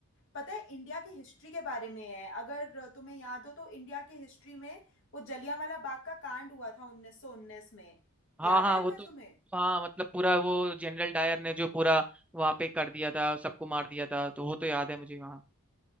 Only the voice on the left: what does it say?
पता है इंडिया की हिस्ट्री के बारे में है अगर तुम्हें याद हो तो इंडिया की हिस्ट्री में वो जलियांवाला बाग का कांड हुआ था 1919 में
याद
है
अगर
तुम्हें